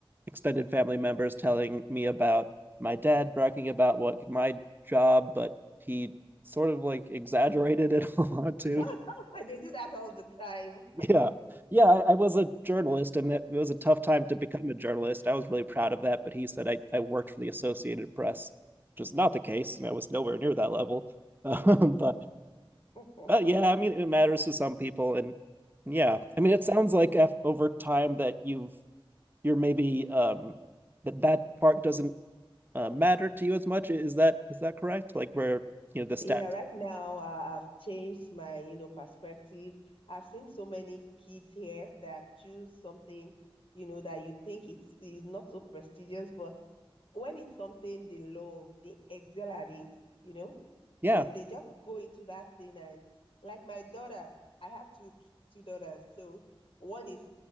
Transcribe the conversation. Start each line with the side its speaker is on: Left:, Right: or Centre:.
Right: extended family members telling me about my dad bragging about what my job, but he sort of like exaggerated it <laughs> a lot too.
Left: <laughs> They do that all the time.
Right: Yeah. Yeah, I, I was a journalist and it, it was a tough time to become a journalist. I was really proud of that, but he said I, I worked for the Associated Press, which is not the case, and I was nowhere near that level. <laughs> Um, but
Left: <laughs>
Right: but yeah, I mean it matters to some people and yeah. I mean it sounds like af over time that you've you're maybe um that that part doesn't uh, matter to you as much. Is that is that correct? Like where you know the steps?
Left: Yeah, right now uh, I've changed my, you know, perspective. I've seen so many kids here that choose something, you know, that you think it's is not so prestigious, but when it's something they love, they excel at it, you know.
Right: Yeah.
Left: They they just go into that thing and like my daughter, I have two two daughters. So one is